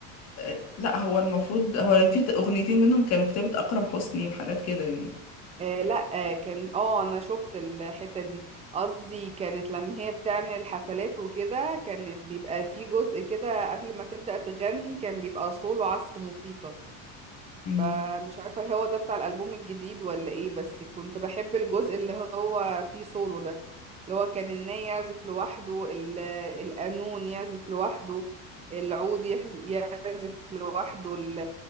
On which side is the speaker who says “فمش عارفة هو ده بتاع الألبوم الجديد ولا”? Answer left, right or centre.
Right